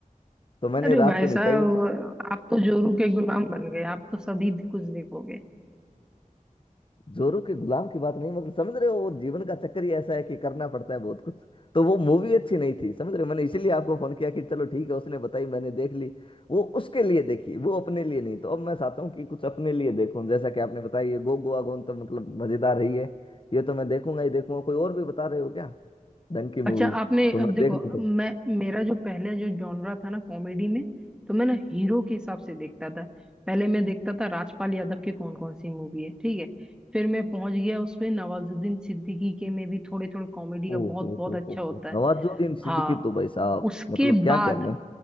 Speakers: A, on the left; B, in the centre.
A: तो मैंने
B: अरे
A: रात
B: भाई
A: को
B: साहब
A: निपटाई वो
B: आप तो जोरू के गुलाम बन गए आप तो सभी कुछ देखोगे
A: जोरू के गुलाम की बात नहीं मतलब समझ रहे हो वो जीवन का चक्कर ही ऐसा है कि करना पड़ता है बहुत कुछ तो वो मूवी अच्छी नहीं थी समझ रहे हो मैंने इसीलिए आपको फोन किया कि चलो ठीक है उसने बताई मैंने देख ली वो उसके लिए देखी वो अपने लिए नहीं तो अब मैं चाहता हूँ कि कुछ अपने लिए देखूं जैसा कि आपने बताया ये गो गोवा गॉन तो मतलब मजेदार ही है ये तो मैं देखूंगा ही देखूंगा कोई और भी बता रहे हो क्या ढंग की मूवी
B: अच्छा आपने
A: तो मैं
B: अब देखो
A: देख लूँ तो
B: मैं मेरा जो पहले जो जॉनरा था ना कॉमेडी में तो मैं ना हीरो के हिसाब से देखता था पहले मैं देखता था राजपाल यादव की कौन कौन सी मूवी है ठीक है फिर मैं पहुंच गया उसमें नवाजुद्दीन सिद्दीकी के में भी थोड़े थोड़े कॉमेडी का
A: ओ
B: बहुत
A: हो
B: बहुत
A: हो
B: अच्छा
A: हो
B: होता
A: हो
B: है
A: नवाजुद्दीन सिद्दीकी
B: हाँ
A: तो भाई साहब
B: उसके
A: मतलब क्या
B: बाद
A: कहने